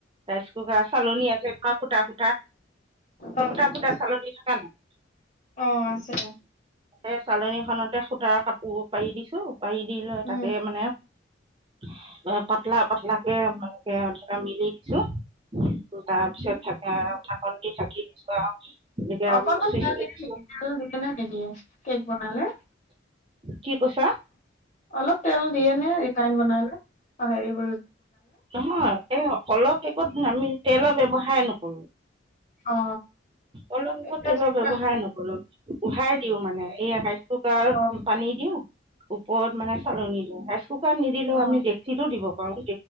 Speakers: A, on the right; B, on the left.
A: ৰাইচ কুকাৰ চালনী আছে এ সূতা সূতা
B: অ',
A: গুটা ফুটা চালৰ থাক ন
B: অ' আছে।
A: সেই চালনীখনতে সূতাৰ কাপোৰ পাৰি দিছো পাৰি দি লৈ
B: উম।
A: তাতে মানে। এ পাতলা পাতলা কে মানে মিলি দিছো। তাৰ পিছত থাকে ধাকন দি থাকি দিছো আৰু। এনেকে
B: অকনমান
A: চুইচ
B: ভাল
A: দি
B: দে
A: দিছো
B: ভাল দিবে নিদিয়ে কেক বনালে।
A: কি কৈছা
B: অলপ তেল দিয়ে নে ৰিফাইন বনাইে অ' হেৰিব।
A: নহয় এই অলপ একো আমি তেলৰ ব্যৱসায় নকৰো।
B: অ
A: অলপ
B: এতিয়া
A: তেলৰ
B: যে
A: ব্যৱসায়
B: কা-
A: নকৰো। উহাই দিও মানে এই আকাাইশ টকাৰ
B: অ
A: পানী দিও। ওপৰত মানে চালনি দিওঁ ৰাইচ কুকাৰ নিদিলেও
B: অ
A: আমি ডেক্চিতো দিব পাৰো।